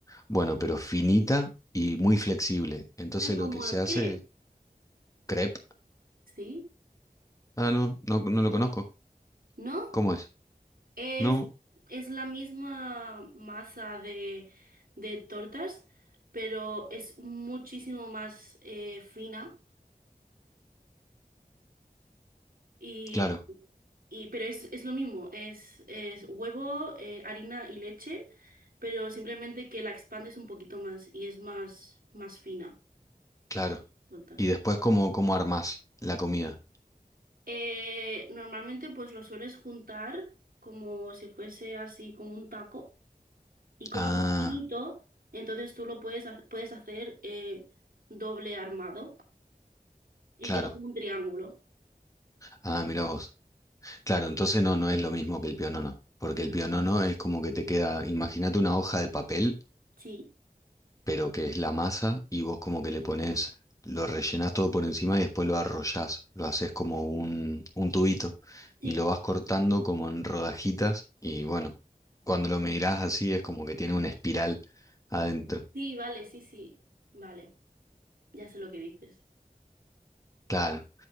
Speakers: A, on the left (about 20°); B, on the right (about 65°).
A: Bueno, pero finita y muy flexible. Entonces
B: Ah, como
A: lo que se
B: el
A: hace,
B: crepe.
A: crepe.
B: sí,
A: Ah, no, no, no lo conozco.
B: ¿no?
A: ¿Cómo es?
B: Es,
A: No,
B: es la misma masa de, de tortas, pero es muchísimo más eh, fina y,
A: claro,
B: y pero es, es lo mismo, es, es huevo, eh, harina y leche, pero simplemente que la expandes un poquito más y es más, más fina
A: claro.
B: que las tortas.
A: Y después, ¿cómo, cómo armás la comida?
B: Eh, normalmente pues lo sueles juntar como si fuese así como un taco y como
A: Ah,
B: es finito, entonces tú lo puedes, ha- puedes hacer eh, doble armado y
A: claro.
B: queda como un triángulo.
A: Ah, mira vos. Claro, entonces no, no es lo mismo que el pionono, porque el
B: No.
A: pionono es como que te queda, imagínate una hoja de papel,
B: Sí,
A: pero que es la masa y vos como que le pones, lo rellenás todo por encima y después lo arrollás, lo haces como un, un tubito
B: sí,
A: y lo vas cortando como en rodajitas y bueno, cuando lo mirás así es como que tiene una espiral adentro.
B: sí, vale, sí, sí, vale, ya sé lo que dices.
A: Claro.